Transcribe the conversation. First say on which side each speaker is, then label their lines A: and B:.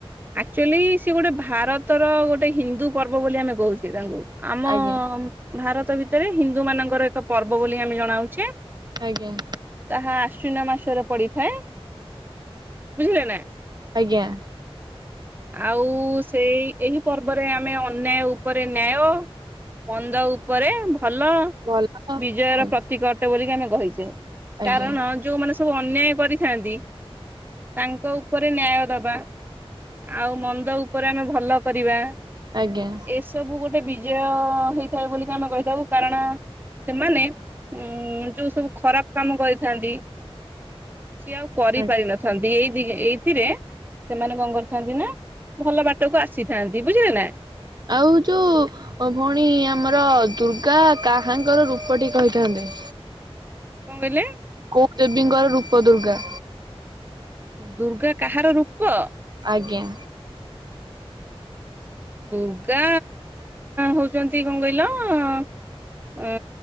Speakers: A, on the right (about 20°); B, on the right (about 45°).
A: ଆକ୍ଚୁଆଲି ସେ ଗୋଟେ ଭାରତର ଗୋଟେ ହିନ୍ଦୁ ପର୍ବ ବୋଲି ଆମେ କହୁଛେ ତାଙ୍କୁ। ଆମ
B: ଆଜ୍ଞା
A: ଭାରତ ଭିତରେ ହିନ୍ଦୁ ମାନଙ୍କର ଏକ ପର୍ବ ବୋଲି ଆମେ ଜଣାଉଛେ।
B: ଆଜ୍ଞା।
A: ତାହା ଆଶ୍ୱିନ ମାସରେ ପଡିଥାଏ ବୁଝିଲେ ନା।
B: ଆଜ୍ଞା।
A: ଆଉ ସେଇ ଏହି ପର୍ବରେ ଆମେ ଅନ୍ୟାୟ ଉପରେ ନ୍ୟାୟ। ମନ୍ଦ ଉପରେ ଭଲ।
B: ଭଲ ଆଜ୍ଞା
A: ବିଜୟର ପ୍ରତୀକ ଅଟେ ବୋଲିକି ଆମେ କହିଛେ
B: ଆଜ୍ଞା
A: କାରଣ ଯୋଉମାନେ ସବୁ ଅନ୍ୟାୟ କରିଥାନ୍ତି ତାଙ୍କ ଉପରେ ନ୍ୟାୟ ଦବା। ଆଉ ମନ୍ଦ ଉପରେ ଆମେ ଭଲ କରିବା।
B: ଆଜ୍ଞା।
A: ଏସବୁ ଗୋଟେ ବିଜୟ ହେଇଥାଏ ବୋଲିକି ଆମେ କହିଥାଉ କାରଣ ସେମାନେ ଉଁ ଯୋଉ ସବୁ ଖରାପ କାମ କରିଥାନ୍ତି ସିଏ ଆଉ କରିପାରିିନଥାନ୍ତି
B: ଆଜ୍ଞା।
A: ଏଇ ଦି ଏଇଥିରେ ସେମାନେ କଣ କରିଥାନ୍ତି ନା ଭଲ ବାଟକୁ ଆସିଥାନ୍ତି, ବୁଝିଲେ ନା?
B: ଆଉ ଯୋଉ ମୋ ଭଉଣୀ ଆମର ଦୁର୍ଗା କାହାଙ୍କର ରୂପଟି କହିଥାନ୍ତେ?
A: କଣ କହିଲେ?
B: କୋଉ ଦେବୀଙ୍କର ରୂପ ଦୁର୍ଗା?
A: ଦୁର୍ଗା କାହାର ରୂପ?
B: ଆଜ୍ଞା।
A: ଦୁର୍ଗା ହଉଛନ୍ତି କଣ କହିଲ ଅ